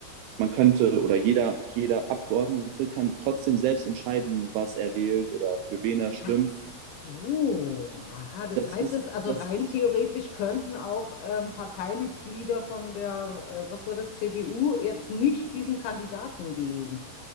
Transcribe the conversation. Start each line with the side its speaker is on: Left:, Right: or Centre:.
Right: man könnte oder jeder, jeder Abgeordnete kann trotzdem selbst entscheiden, was er wählt oder für wen er stimmt.
Left: Ach so, aha. Das
Right: Das
Left: heißt
Right: ist,
Left: es, also
Right: das,
Left: rein theoretisch könnten auch ähm, Parteimitglieder von der, äh, was war das, CDU jetzt nicht diesen Kandidaten wählen.